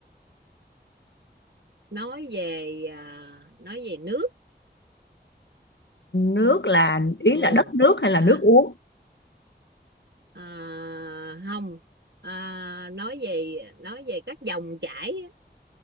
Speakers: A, on the right (about 75°); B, on the left (about 85°).
A: nói về à, nói về nước
B: nước là ý
A: ừ.
B: là đất nước hay là
A: à,
B: nước uống
A: à, không à, nói về nói về các dòng chảy á,